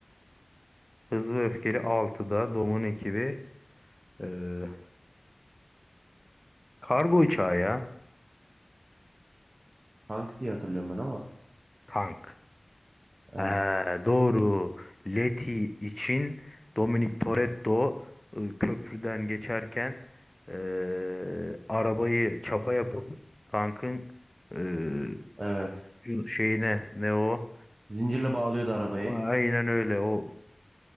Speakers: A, on the left; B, on the right.
A: Hızlı ve Öfkeli altıda Dominik'in ekibi eee, kargo uçağı ya.
B: Tank diye hatırlıyorum ben ama.
A: Tank.
B: Evet.
A: Ha, doğru. Leti için Dominic Toretto e, köprüden geçerken eee, arabayı çapa yapıp tankın eee,
B: Evet.
A: şeyine ne o?
B: Zincirle bağlıyordu arabayı.
A: Aynen öyle. O